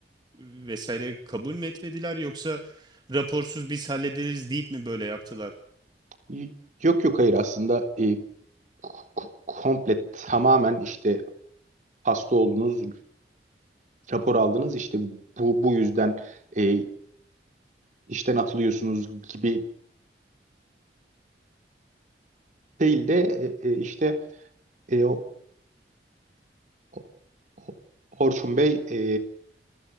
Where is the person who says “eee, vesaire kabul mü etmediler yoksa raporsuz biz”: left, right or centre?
Right